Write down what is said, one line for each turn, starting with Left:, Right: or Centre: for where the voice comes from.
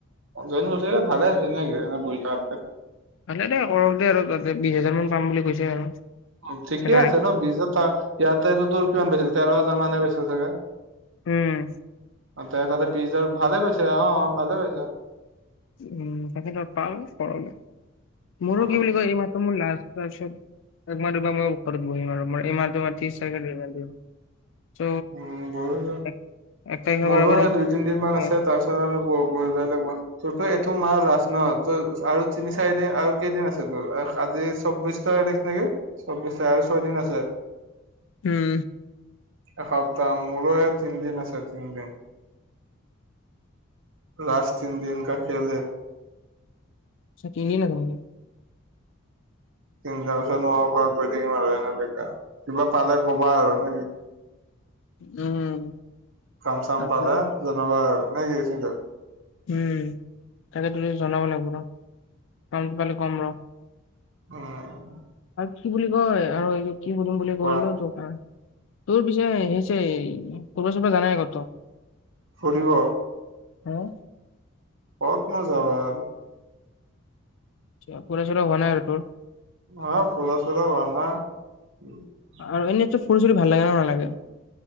Right: জৈন কৰিছে ভালে আছে নেকি এনে বহি থাকাতকে।
Left: ভালে দে কৰকদে আৰু তাতে বিজ হাজাৰ মান পাম বুলি কৈছে আৰু।
Right: উম, ঠিকেই
Left: চেলাৰী
Right: আছে ন বিচ হাজাৰ টকা ইয়াতেটো তোৰ কিমান পাইছিল তেৰ হাজাৰ মানহে পাইছিল চাগে।
Left: উম
Right: অ' তে তাতে বিচ হাজাৰ ভালে পাইছে, অ'ভালে পাইছা।
Left: উম, তাকেটো পাওঁ তৰলে। মোৰো
Right: উম
Left: কি বুলি কয় এই মাহটো মোৰ লাষ্ট। তাৰপাছত এক মাহ, দুইমাহ মুৰত ঘৰত বহিম আৰু মই এই মাহটো মই ত্ৰিশ তাৰিখে জমা দিম। চ'
Right: উম, বঢ়িবা।
Left: এক এক তাৰিখৰ
Right: মোৰো
Left: পৰা বাৰু
Right: সেই
Left: মই
Right: দুই তিনদিন মান
Left: মানে
Right: আছে তাৰ পিছত আৰু ব-বঢ়িবা যাব। তোৰ তো এইটো মা লাষ্ট ন, তই আৰু তিনি, চাৰি দিন আৰু কেইদিন আছে তোৰ আহ আজি চৌব্বিশ ছয়ত্ৰিছ নেকি। চৌব্বিশ আৰ ছয় দিন আছে।
Left: উম।
Right: এসপ্তাহ মোৰহে তিনদিন আছে তিনদিন। লাষ্ট তিনদিন কা খেল হে।
Left: চাকিনি নাভাঙিলে
Right: তিনটা পিছত মই ঘৰত গৈ থাকিম আৰু এনে বেকাৰ কিবা পালে কবা আৰু নেকি?
Left: উম
Right: কাম চাম
Left: তাকে
Right: পালে জনাবা আৰু নে কি চিন্তো।
Left: উম, তাকে তুমি জনাব লাগিব ৰ'হ কামটো পালে কম ৰ'হ।
Right: অহ'
Left: কি বুলি কয় আৰু এই কি সুধিম বুলি
Right: কোৱা
Left: কৰিলোঁ তোক আহ তোৰ পিছে হেইচেই ঘুৰিব চুৰিব যোৱা নাই ক'তো?
Right: ফুৰিৱ।
Left: উম,
Right: কতনো যাবা আৰু।
Left: আচ্ছা, ফুৰা চুৰা হোৱা নাই আৰু তোৰ?
Right: অ, ফুৰা চুৰা হোৱা নাই।
Left: আৰু এনেতো ফুৰি চুৰি ভাল লাগে ন নালাগে?